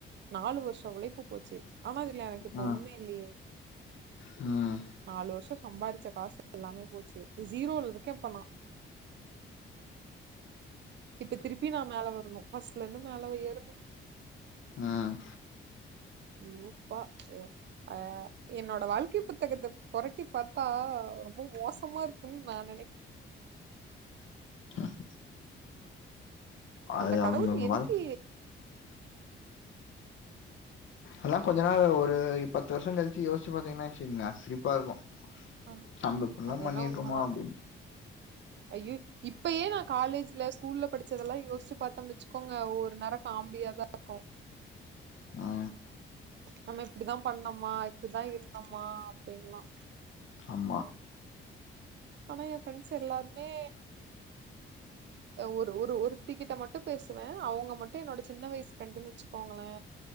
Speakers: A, on the right; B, on the left.
A: நாலு வருஷ உழைப்பு போச்சு ஆனா இதுல எனக்கு இப்ப
B: ம்
A: ஒண்ணுமே இல்லையே
B: ம்
A: நாலு வருஷோ சம்பாரிச்ச காசு எல்லாமே போச்சு ஜீரோல இருக்கே இப்ப நா இப்ப திருப்பி நா மேல வரணு ஃபஸ்ட்ல இருந்து மேல ஏறணு
B: ம்
A: லூப்பா எ ஆ என்னோட வாழ்க்கை புத்தகத்த பொரட்டி பாத்தா ரொம்ப மோசமா இருக்குன்னு நா நென
B: ம் அது
A: அந்த கடவுள்
B: அவங்க
A: எதுக்கு
B: வாழ் அல்லா கொஞ்ச நாள் ஒரு பத்து வருஷம் கழிச்சு யோசிச்சு பாத்தீங்கன்னா வெச்சுக்கங்க சிரிப்பா இருக்கும்
A: ஆ
B: நம்ப இப்படில்லா
A: அது
B: பண்ணிருக்கோமா
A: வேணா உண்மதா
B: அப்படின்னு
A: <unintelligible> இப்பயே நா காலேஜ்ல ஸ்கூல்ல படிச்சதெல்லா யோசிச்சு பாத்தம்ன்னு வெச்சுக்கோங்க ஒரு நேரம் காமடியியாதா இருக்கும்
B: ஆ
A: நம்ம இப்படிதான் பண்ணம்மா இப்படிதா இருந்தமா அப்படின்ல்லா
B: ஆமா
A: ஆனா என் ஃபிரெண்ட்ஸ் எல்லாருமே ஒரு ஒரு ஒருத்தி கிட்ட மட்டும் பேசுவேன் அவங்க மட்டும் என்னோட சின்ன வயசு ஃப்ரெண்டுன்னு வச்சுக்கோங்களே